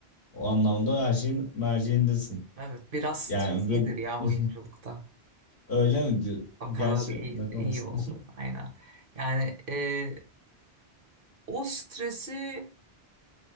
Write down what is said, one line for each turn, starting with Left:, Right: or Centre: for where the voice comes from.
Left: o anlamda her şeyin merceğindesin
Right: evet biraz streslidir
Left: yani ve
Right: ya oyunculukta.
Left: <laughs> öyle mi diyor
Right: O kadar
Left: gerçi
Right: iyi,
Left: neden
Right: iyi
Left: olmasın
Right: oldu aynen. Yani e, o stresi